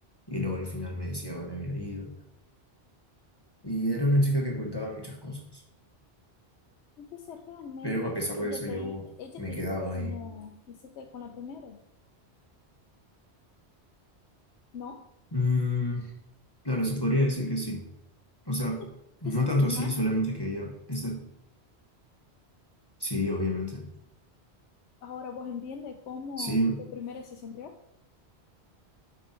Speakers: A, on the left (about 25°); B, on the left (about 85°).
A: y luego al final me decía dónde había ido. Y era una chica que ocultaba muchas cosas,
B: Entonces realmente
A: pero a pesar
B: ella
A: de eso
B: te,
A: yo
B: ella
A: me
B: te
A: quedaba
B: hizo como
A: ahí.
B: hiciste con la primera, ¿no?
A: Mm, claro, se podría decir que sí. O sea,
B: Entonces,
A: no
B: ¿Te sentiste
A: tanto así,
B: mal?
A: solamente que ella, esta, sí, obviamente.
B: Ahora vos entiendes cómo
A: Sí,
B: tu primera se sintió.